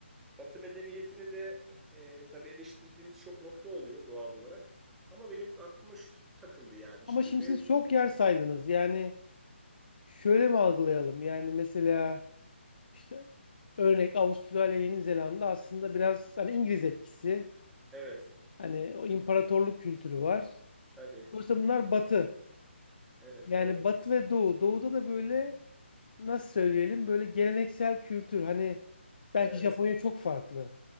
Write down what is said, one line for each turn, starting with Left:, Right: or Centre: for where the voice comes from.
Centre: Batı medeniyetini de e, tabii eleştirdiğimiz çok nokta oluyor doğal olarak. Ama benim aklıma şu takıldı yani.
Left: Ama
Centre: Şimdi
Left: şimdi
Centre: mevcut.
Left: siz çok yer saydınız. Yani şöyle mi algılayalım? Yani mesela İşte örnek Avustralya, Yeni Zelanda aslında biraz hani İngiliz etkisi,
Centre: Evet,
Left: hani o imparatorluk kültürü var.
Centre: tabii.
Left: Dolayısıyla bunlar Batı.
Centre: Evet,
Left: Yani
Centre: doğru.
Left: Batı ve Doğu. Doğu'da da böyle nasıl söyleyelim böyle geleneksel kültür. Hani belki
Centre: Evet,
Left: Japonya çok farklı